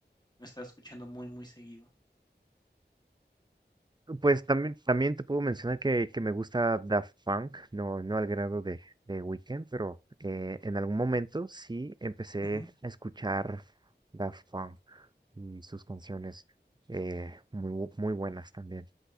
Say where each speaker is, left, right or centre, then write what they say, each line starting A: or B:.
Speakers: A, on the left (about 20°); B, on the right (about 25°).
A: lo he estado escuchando muy, muy seguido.
B: Pues también, también te puedo mencionar que, que me gusta Daft Punk, no, no al grado de, de Weeknd, pero eh, en algún momento sí empecé
A: Ujú,
B: a escuchar Daft Punk y sus canciones eh, muy, bu- muy buenas también.